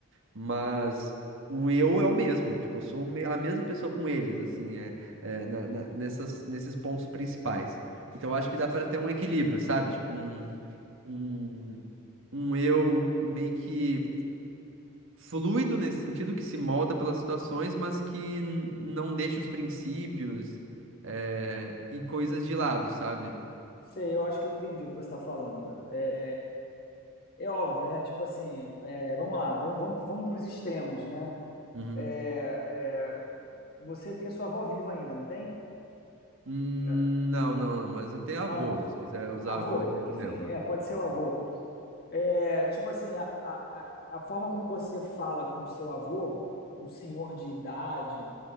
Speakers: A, on the right; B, on the left.
A: Mas o eu é o mesmo. Tipo, eu sou o me- a mesma pessoa com eles, assim, é, é, na- na- nessas, nesses pontos principais. Então, eu acho que dá para ter um equilíbrio, sabe? Tipo, um, um, um eu meio que fluido nesse sentido, que se molda pelas situações, mas que n- não deixa os princípios, é, e coisas de lado, sabe?
B: Sei, eu acho que eu entendi o que você está falando. É é óbvio, né? Tipo assim, é, vamos lá, vamos, vamos, vamos para os extremos, né?
A: Uhum.
B: É, é, Você tem sua avó viva ainda, não tem?
A: Hum,
B: É.
A: não, não, não, mas eu tenho avô,
B: Não, só.
A: se quiser usar
B: Avô,
A: avô de exemplo.
B: enfim, é, pode ser o avô. É, tipo assim, a, a, a a forma como você fala com o seu avô, um senhor de idade,